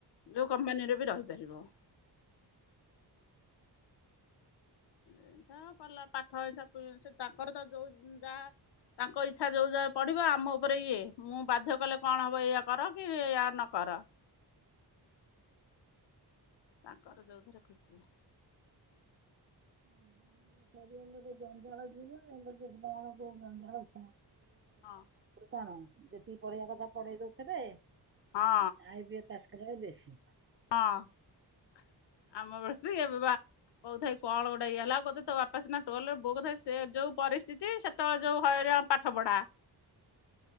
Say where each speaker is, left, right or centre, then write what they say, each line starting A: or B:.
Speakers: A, on the left (about 75°); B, on the right (about 30°).
A: ଯଉ କମ୍ପାନୀରେ ବି ରହିପାରିବ।
B: ହୁଁ।
A: ଏ ଜା ଭଲ ପାଠ <unintelligible> ତାଙ୍କର ତ ଯୋଉ ଯାହା ତାଙ୍କ ଇଚ୍ଛା ଯେଉଁ ଯାଗ ପଢିବ ଆମ ଉପରେ ଇଏ ମୁଁ ବାଧ୍ୟ କଲେ କଣ ହବ ଇୟ କର କି ଏୟା ନକର। ତାଙ୍କର ଯୋଉଥରେ ଖୁସି।
B: <unintelligible> ଗୋଟେ ଜଞ୍ଜାଳ <unintelligible> ଦେଆ ଯାଉଛି ଆଗରୁ
A: ହଁ
B: କଣ ଯେତିକି ପଢିବା କଥା ପଢେଇ ଦଉଥିବେ ଆ
A: ହଁ
B: ଏଵେ ପାଖରେ ବେଶୀ <unintelligible>
A: ହଁ ଆମ ବେଳେ ଏବେ ବା କହୁ ଥାଇ କଣ ଗୋଟେ ଇଏ ହେଇଗଲା ଆଉ <unintelligible> ତ ନା ଟୋଲରେ ବହୁଥାଏ ସେ ଯୋଉ ପରିସ୍ଥିତି ସେତେବେଳେ ଯୋଉ ହଇରାଣ ପା ପାଠପଢା